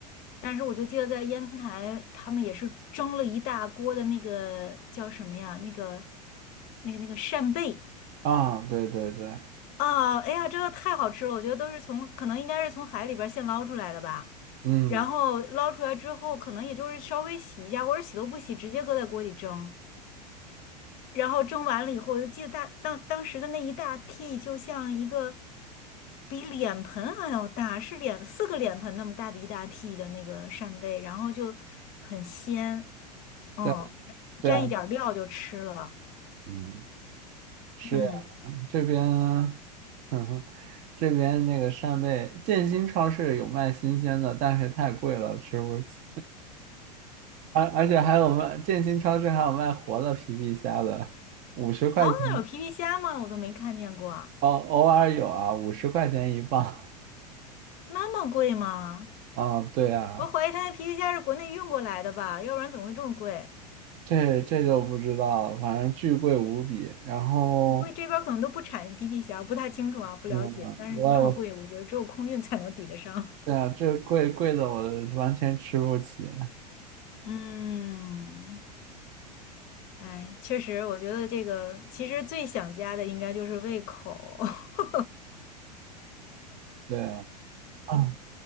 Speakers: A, on the left; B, on the right.
A: 但是我就记得在烟台，他们也是蒸了一大锅的那个叫什么呀？那个、那个、那个扇贝
B: 啊，对对对，
A: 啊！哎呀，真的太好吃了！我觉得都是从可能应该是从海里边儿现捞出来的吧。
B: 嗯，
A: 然后捞出来之后，可能也就是稍微洗一下，或者洗都不洗，直接搁在锅里蒸。然后蒸完了以后，我就记得大当当时的那一大屉就像一个比脸盆还要大，是脸四个脸盆那么大的一大屉的那个扇贝，然后就很鲜，嗯，
B: 对对啊
A: 沾一点儿料就吃了，
B: 嗯。是。
A: 嗯，
B: 这边，嗯哼，这边那个扇贝，建新超市有卖新鲜的，但是太贵了，吃不起。而而且还有卖建新超市还有卖活的皮皮虾的，五十块钱，
A: 哦，那有皮皮虾吗？我都没看见过，
B: 哦，偶尔有啊，五十块钱一磅。
A: 那么贵吗？
B: 啊，对啊，
A: 我怀疑他那皮皮虾是国内运过来的吧，要不然怎么会这么贵？
B: 这这就不知道了，反正巨贵无比。然后，
A: 我估计这边儿可能都不产皮皮虾，我不太清楚啊，不了解。
B: 嗯，
A: 但是这么贵，
B: 我有，
A: 我觉得只有空运才能抵得上。
B: 对啊，这贵贵的我完全吃不起。
A: 嗯，哎，确实，我觉得这个其实最想家的应该就是胃口。<laughs>
B: 对啊。啊